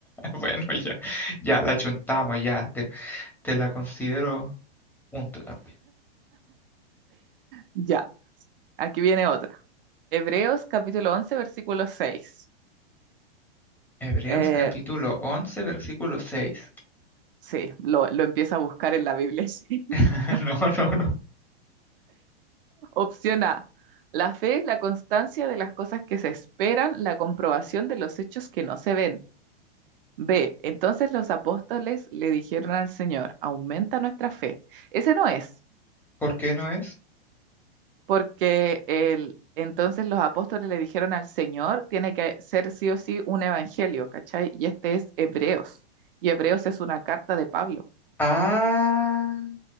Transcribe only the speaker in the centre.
Bueno, ya, ya la chuntamos, ya, te, te la considero punto también.
Hebreos
capítulo 11 versículo seis
<laughs>
No, no, no.
¿Por qué no es?
Ah,